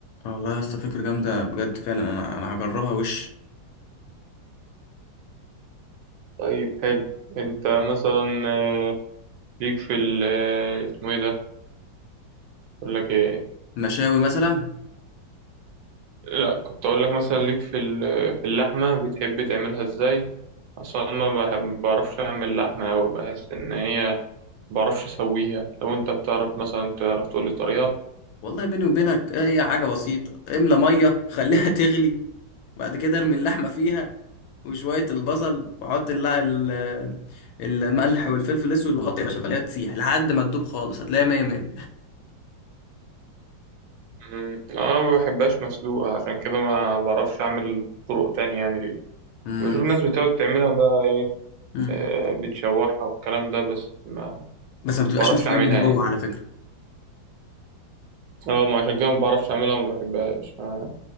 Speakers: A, on the left (about 80°); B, on the right (about 75°).
A: آه، والله يا اسطى فكرة جامدة بجد فعلا انا انا هجربها وش
B: طيب حلو انت مثلا آه، ليك في ال آه، اسمه ايه ده اقول لك ايه
A: مشاوي مثلا
B: لا كنت اقول لك مثلا ليك في ال- آه، في اللحمة بتحب تعملها ازاي اصلا أنا ما بحب بعرفش اعمل لحمة اوي بحس ان هي بعرفش اسويها لو انت بتعرف مثلا تعرف تقول لي طريقة
A: والله بيني وبينك هي حاجة بسيطة املى مية خليها <laughs> تغلي بعد كده ارمي اللحمة فيها وشوية البصل وحط اللع... ال- الملح والفلفل الأسود وغطي يا باشا خليها تسيح لحد ما تدوب خالص هتلاقيها مية مية
B: مم. آه، انا ما بحبهاش مسلوقة عشان كده ما بعرفش اعمل طرق تانية يعني ليه
A: مم.
B: بشوف الناس بتقعد تعملها بقى ايه
A: مم.
B: آه، بتشوحها والكلام ده بس ما
A: بس ما بتبقاش
B: بعرفش
A: مستوية
B: اعملها
A: من جوه
B: يعني
A: على فكرة
B: اه ما عشان كده ما بعرفش اعملها ما بحبهاش ما-